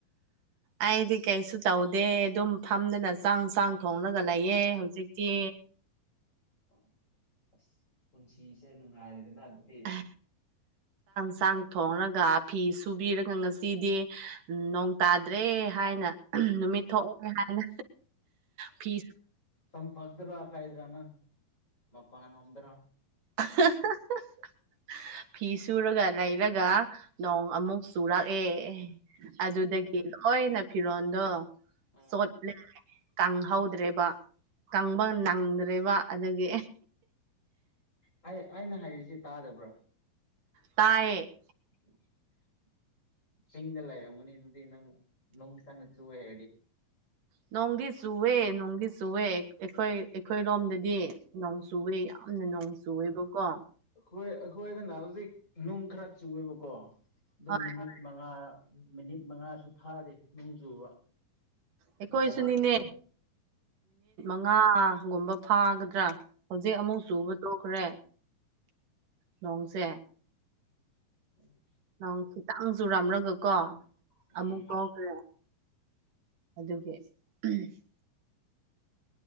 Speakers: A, on the right (about 65°); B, on the left (about 20°).
A: ꯑꯩꯗꯤ ꯀꯩꯁꯨ ꯇꯧꯗꯦ ꯑꯗꯨꯝ ꯐꯝꯗꯅ ꯆꯥꯡ ꯆꯥꯡ ꯊꯣꯡꯡꯂꯒ ꯂꯩꯌꯦꯦ ꯍꯧꯖꯤꯛꯇꯤ
B: ꯑꯣ ꯑꯁ ꯄꯨꯟꯁꯤꯁꯦ ꯅꯨꯡꯉꯥꯏꯔꯦꯗꯅ ꯑꯗꯨꯗꯤ
A: ꯆꯥꯛ ꯆꯥꯡ ꯊꯣꯡꯉꯒ ꯐꯤ ꯁꯨꯕꯤꯔꯒ ꯉꯁꯤꯗꯤ ꯅꯣꯡ ꯇꯥꯗ꯭ꯔꯦ ꯍꯥꯏꯅ ꯅꯨꯃꯤꯠ ꯊꯣꯛꯑꯦ ꯍꯥꯏꯅ ꯐꯤ
B: ꯁꯝ ꯄꯛꯗ꯭ꯔ ꯍꯥꯀꯗ꯭ꯔꯅ ꯃꯄꯅꯗ꯭ꯔ
A: <inaudible> ꯐꯤ ꯁꯨꯔꯒ ꯂꯩꯔꯒ ꯅꯣꯡ ꯑꯃꯨꯛ ꯆꯨꯔꯛꯑꯦ ꯑꯗꯨꯗꯒꯤ ꯂꯣꯏꯅ ꯐꯤꯔꯣꯟꯜꯗꯣ
B: ꯑꯥ
A: ꯆꯣꯠꯂꯦ ꯀꯪꯍꯧꯗ꯭ꯔꯦꯕ ꯀꯪꯕ ꯅꯪꯗ꯭ꯔꯦꯕ ꯑꯗꯒꯤ
B: ꯑꯩꯅ ꯍꯥꯏꯔꯤꯁꯤ ꯇꯥꯗꯕ꯭ꯔꯥ
A: ꯇꯥꯏꯌꯦ
B: <inaudible> ꯆꯤꯡꯗ ꯂꯩ ꯌ ꯃꯅꯤ ꯑꯗꯨꯗꯨꯗꯤ ꯅꯪ ꯅꯣꯡ ꯀꯅ ꯆꯨ ꯍꯦ
A: ꯅꯣꯡꯗꯤ ꯆꯨꯋꯦ ꯅꯣꯡꯗꯤ ꯆꯨꯋꯦ ꯑꯩꯈꯣꯏ ꯑꯩꯈꯣꯏꯔꯣꯝꯗꯗꯤ ꯅꯣꯡ ꯆꯨꯏꯦ ꯌꯥꯝꯅ ꯅꯣꯡ ꯆꯨ ꯆꯣꯏꯕ ꯀꯣ
B: ꯑꯩꯈꯣꯏ ꯑꯩꯈꯣꯏꯗꯅ ꯍꯧꯖꯤꯛ ꯅꯨꯡ ꯈꯔ ꯆꯨꯑꯦꯕꯀꯣ ꯑꯗꯨꯝ
A: ꯍꯣꯏ
B: ꯃꯤꯅꯤꯠ ꯃꯉꯥ ꯃꯤꯅꯤꯠ ꯃꯉꯥꯁꯨ ꯐꯥꯗꯦ ꯅꯣꯡ ꯆꯨꯕ
A: ꯑꯩꯈꯣꯏꯁꯨꯅꯤꯅꯦ
B: ꯁꯨ
A: ꯉꯥꯒꯨꯝꯕ ꯐꯥꯒꯗ꯭ꯔꯥ ꯍꯧꯖꯤꯛ ꯑꯃꯨꯛ ꯆꯨꯕ ꯇꯣꯛꯈ꯭ꯔꯦ ꯅꯣꯡꯁꯦ
B: ꯎꯝ
A: ꯅꯪ ꯈꯤꯇꯪꯁꯨ ꯔꯥꯝꯂꯒꯀꯣ
B: ꯎꯝ
A: ꯑꯃꯨꯛꯇꯣ <unintelligible> ꯑꯗꯨꯒꯤ <unintelligible>